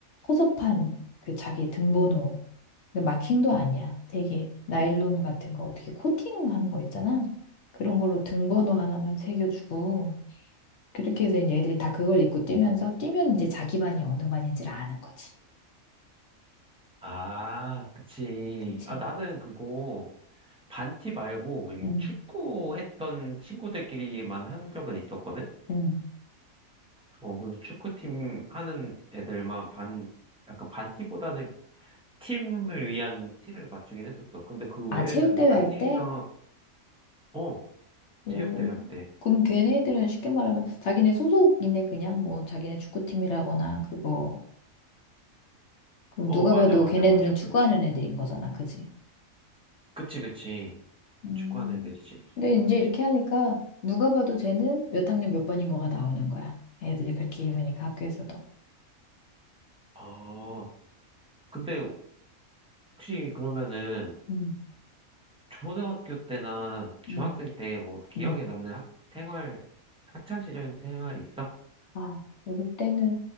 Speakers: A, on the left; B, in the centre.
A: 허접한 그 자기 등번호, 그 마킹도 아니야. 되게 나일론 같은 거 어떻게 코팅하는 거 있잖아. 그런 걸로 등번호 하나만 새겨주고 그렇게 해서 이제 애들이 다 그걸 입고 뛰면서 뛰면 이제 자기 반이 어느 반인지를 아는 거지.
B: 아, 그치.
A: 그치?
B: 아, 나는 그거 반티 말고 우리
A: 응,
B: 축구 했던 친구들끼리만 한 적은 있었거든?
A: 응.
B: 어, 그래서 축구팀 하는 애들만 반, 약간 반티보다는 팀을 위한 티를 맞추긴 했었어. 근데 그
A: 아,
B: 외에는
A: 체육대회
B: 반티나,
A: 할 때?
B: 어,
A: 오,
B: 체육대회 할 때.
A: 그럼 걔네들은 쉽게 말하면 자기네 소속이네 그냥 뭐 자기네 축구팀이라거나 그거 그럼
B: 어,
A: 누가
B: 맞아,
A: 봐도
B: 맞아,
A: 걔네들은
B: 맞아.
A: 축구하는
B: 그치.
A: 애들인 거잖아. 그지?
B: 그치, 그치.
A: 음.
B: 축구하는 애들이지.
A: 근데 이제 이렇게 하니까 누가 봐도 쟤는 몇 학년 몇 번인 거가 나오는 거야. 애들이 그렇게 입으니까 학교에서도.
B: 아, 근데 혹시 그러면은
A: 음,
B: 초등학교 때나 중학생
A: 음,
B: 때 뭐 기억에
A: 음.
B: 남는 학, 생활, 학창 시절 생활이 있어?
A: 아, 우리 때는